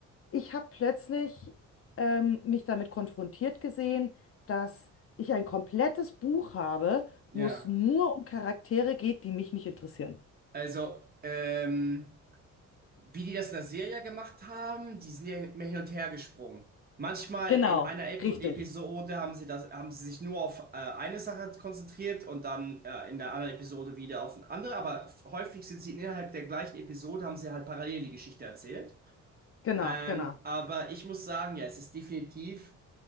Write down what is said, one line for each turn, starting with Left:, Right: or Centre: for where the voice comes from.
Left: ich habe plötzlich ähm, mich damit konfrontiert gesehen, dass ich ein komplettes Buch habe,
Right: Ja.
Left: wo es nur um Charaktere geht, die mich nicht interessieren.
Right: Also, ähm, Wie die das in der Serie gemacht haben, die sind ja immer hin und her gesprungen. Manchmal
Left: Genau,
Right: in einer Epo-
Left: richtig.
Right: Episode haben sie das, haben sie sich nur auf äh, eine Sache konzentriert und dann äh, in der anderen Episode wieder auf eine andere, aber f- häufig sind sie innerhalb der gleichen Episode, haben sie halt parallel die Geschichte erzählt.
Left: Genau,
Right: Ähm,
Left: genau.
Right: aber ich muss sagen, ja, es ist definitiv.